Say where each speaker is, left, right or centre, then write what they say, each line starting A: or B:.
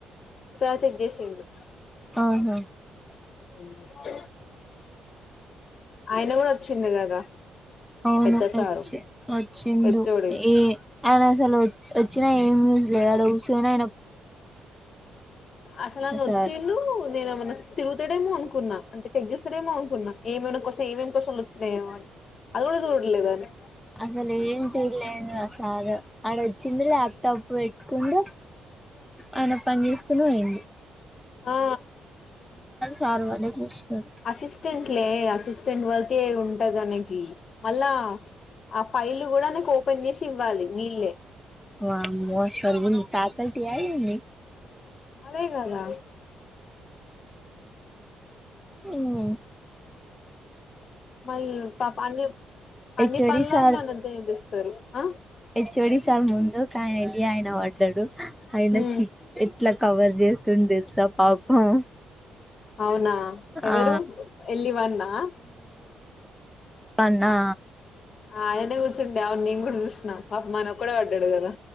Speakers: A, on the left (about 50°); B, in the centre.
A: సార్ చెక్ చేసిండు
B: ఆహా
A: <inaudible> ఆయన కూడా వచ్చింది కదా
B: అవును
A: పెద్ద సారు
B: వచ్చి వచ్చిండు
A: హెచ్ ఓ డి
B: ఈ అయన అసలు వ వచ్చినా ఏమి చేయ్యడు కుసోని
A: అస్లాయానోచ్చిండు
B: ఆ సార్
A: నేన ఏమన్నా తిగుతాడేమో అనుకున్నా అంటే చెక్ చేస్తాడేమో అనుకున్నా ఏమైనా కోసం ఏమేమి క్వశ్చన్స్ వచ్చినాయేమో అని అది కూడాచూటలేదనే
B: అసలు ఏం చేయలేదు ఆ సార్ ఆడ వచ్చిండు ల్యాప్టాప్ పెట్టుకుండు ఆయన పని చేసుకుని పోయండు
A: ఆ
B: సార్ వాళ్ళే చూస్తున్నారు
A: అసిస్టెంట్లే అసిస్టెంట్ వర్క్ అయితే ఉంటదనకి మళ్ళా ఆ ఫైల్ కూడా నాకు ఓపెన్ చేసి ఇవ్వాలి వీళ్ళే
B: వామ్మో అసలు ఫ్యాకల్టీయా ఏందీ
A: అదే కాదా
B: మ్మ్మ్
A: మళ్ళీ పాప అన్ని
B: హెచ్ఓడి
A: అన్ని పనులన్న
B: సార్
A: అందర్తో చూపిస్తరు ఆ
B: హెచ్వోడి సార్ ముందు కానీదియన వ తడు అయిన
A: ఉమ్
B: చి ఎట్లా కవర్ చేస్తుంది తెలుసా పాపం
A: అవునా ఎవరు
B: ఆ
A: ఎలి వన్నా
B: వాడ్నా
A: ఆ ఆయనే కూర్చుంటే అవును నేను కూడా చూసన్నా పాప మన ఒక్కడే పడ్డాడు కదా